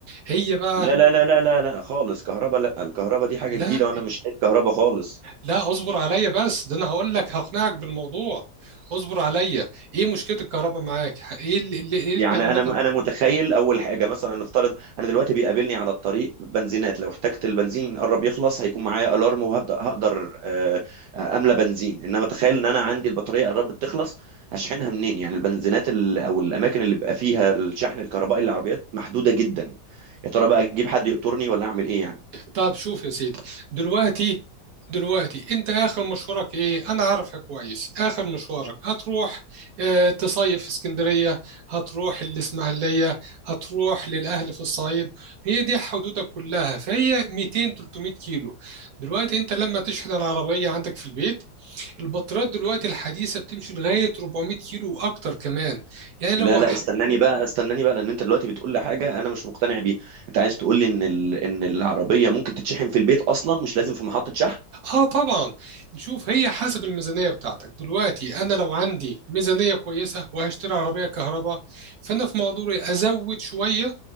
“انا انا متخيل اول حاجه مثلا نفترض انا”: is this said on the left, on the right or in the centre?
Right